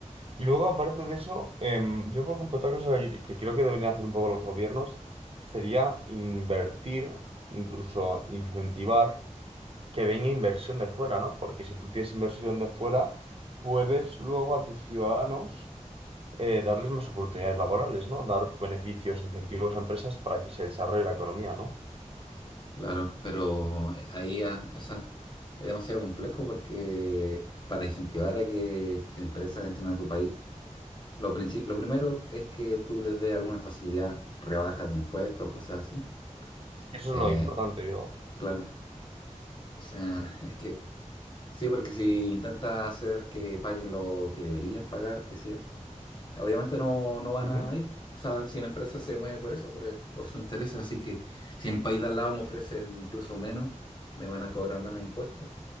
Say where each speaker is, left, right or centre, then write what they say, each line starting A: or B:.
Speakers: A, on the right (about 45°); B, on the left (about 35°).
A: Y luego, aparte de eso, em, yo, por ejemplo, otra cosa que que creo que deberían hacer un poco los gobiernos sería invertir, incluso incentivar que venga inversión de fuera, ¿no? Porque si tú tienes inversión de fuera, puedes luego a tus ciudadanos eh, darles más oportunidades laborales, ¿no? Dar beneficios, incentivos a empresas para que se desarrolle la economía, ¿no?
B: claro, pero eh, ahí ya esa es demasiado complejo porque para incentivar a que empresas entren a tu país Lo princi- lo primero es que tú les des alguna facilidad, rebajas de impuestos, cosas así.
A: Es que eso
B: Eh,
A: es lo importante, digo.
B: claro, o sea, <laughs> es que sí, porque si intentas hacer que paguen lo que deberían pagar, qué sé yo, obviamente no, no van
A: Ujú,
B: a ir. O sea, si una empresa se mueve por eso, por, el- por su interés, así que si en el país de al lado me ofrecen incluso menos, me van a cobrar menos impuestos.